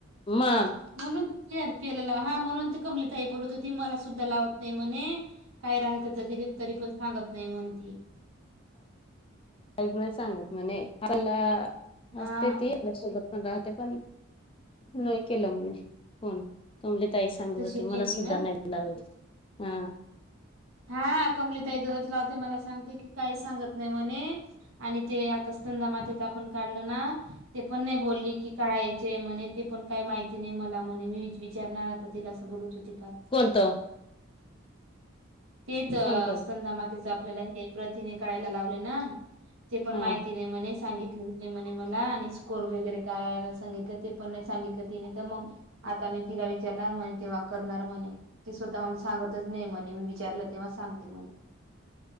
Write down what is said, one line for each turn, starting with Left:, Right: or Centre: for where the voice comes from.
Left: मग
Right: म्हणून. चि <unintelligible> र पिअरला हा म्हणून ती कमलिताई बोलत होती मला सुद्धा लावत नाही म्हणे काय राहायचं दप्तरी पण सांगत नय म्हणेती.
Left: काही नाही सांगत म्हणे आपलं
Right: हा
Left: असते ते. पण राहते पण नाही केलं म्हणे फोन ताई सांगत
Right: तशी
Left: होते
Right: नाही
Left: मला सुद्धा
Right: ती ना
Left: नाही लावत हा
Right: हा कमलीताई जवळच लावते मला सांगते की काही सांगत नाही म्हणे आणि ते आता स्तनदा माताच आपण काढलं ना ते पण नाही बोलली की काढायचे म्हणे ते पण काही माहिती नाही. मला म्हणे मी वि-विचारणार आता तिला असं बोलत होते काल.
Left: कोणतं
Right: तेच अ
Left: कोणतं
Right: संंदामातेच आपल्याला हे प्रथिने काळायला लावले ना. ते पण
Left: हा
Right: माहिती नाही म्हणे सांगित. ते म्हणे मला आणि स्कोर वगैरे करायला सांगितलं ते पण सांगितलं तिने तर मग आता. तिला विचारणार म्हणे तेव्हा करणार म्हणे ती स्वतःहून सांगतच नाही म्हणे मी विचारलं तेव्हा सांगते म्हणे.